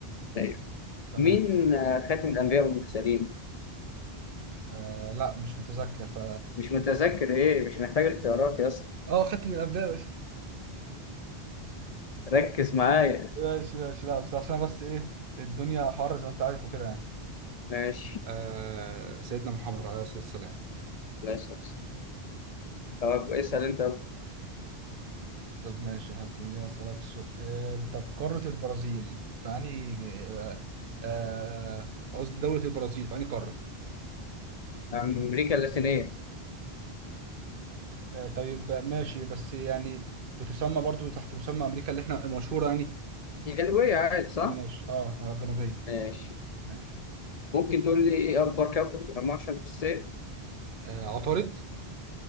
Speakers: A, on the left (about 50°); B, on the right (about 60°).
A: ايوه
B: تمام
A: مين آه، خاتم الانبياء والمرسلين
B: آه لا مش متذكر ف
A: مش متذكر ايه مش محتاج اختيارات يا اسطى
B: اه خدت من الابداع <laughs>
A: ركز معايا
B: ماشي ماشي لا بس عشان بس ايه الدنيا حر زي ما انت عارف وكده يعني
A: ماشي
B: آه سيدنا محمد عليه الصلاه والسلام
A: ماشي طب اسأل انت يلا.
B: طب ماشي هتخليني اسالك سؤال طب قارة البرازيل في انهي آه آه قصدي دوله البرازيل في انهي قاره
A: عن امريكا اللاتينية
B: آه، طيب ماشي بس يعني بتسمى برضو تحت مسمى امريكا اللي احنا مشهورة يعني
A: دي جنوبية عادي صح؟
B: ماشي اه آه، جنوبية
A: ماشي
B: ماشي
A: ممكن تقول لي ايه اكبر كوكب في المجموعة الشمسية؟
B: آه عطارد